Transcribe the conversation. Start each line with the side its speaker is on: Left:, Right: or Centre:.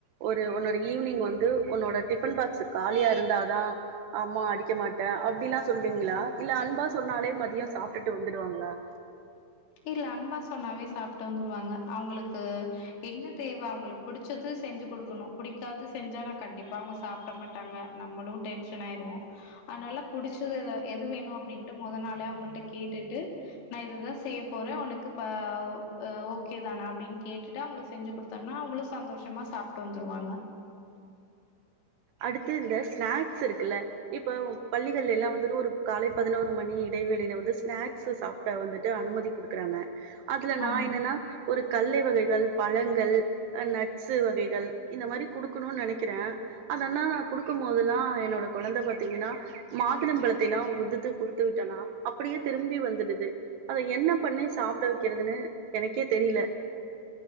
Right: ஒ ரு உன்னோட ஈவினிங் வந்து உன்னோட டிஃபன் பாக்ஸ் காலியா இருந்தா தா அம்மா அடிக்க மாட்டே அப்டில்லா சொல்வீங்களா இல்ல அன்பா சொன்னாலே மதியொ சாப்ட்டுட்டு வந்துடுவாங்களா
Left: இல்ல அன்பா சொன்னாவே சாப்ட்டு வந்துடுவாங்க அவங்களுக்கு என்ன தேவ அவங்களுக்கு புடிச்சது செஞ்சு கொடுக்கணு பிடிக்காது செஞ்சா நா கண்டிப்பா அவங்க சாப்ட மாட்டாங்க நம்மளு டென்ஷன் ஆயிருவோ அனால புடிச்சது எதா எது வேணு அப்டின்ட்டு மொத நாளே கேட்டுட்டு நா இதுதா செய்ய போறே உனக்கு ப ஹ ஓகே தானா அப்டின் கேட்டுட்டு அவங்களுக்கு செஞ்சு கொடுத்தோம்னா அவங்களு சந்தோஷமா சாப்ட்டு வந்துருவாங்க
Right: அடுத்து இந்த ஸ்நாக்ஸ் இருக்குல்ல இப்ப பள்ளிகள்ல எல்லா வந்துட்டு ஒரு காலை பதினோரு மணி இடைவேளில வந்து ஸ்நாக்ஸு சாப்ட வந்துட்டு அனுமதி குடுக்குறாங்க அதுல நா
Left: ஆமா
Right: என்னன்னா ஒரு கல்லை வகைகள் பழங்கள் அ நட்ஸு வகைகள் இந்த மாரி குடுக்கணு நினைக்கிறே அதெல்லா நா குடுக்கும் போதெல்லா என்னோட கொழந்த பாத்தீங்கன்னா மாதுளம்பழத்த எல்லா உதுத்து குடுத்து விட்டேனா அப்படியே திரும்பி வந்துடுது அத என்ன பண்ணி சாப்ட வைக்கிறதுன்னு எனக்கே தெரில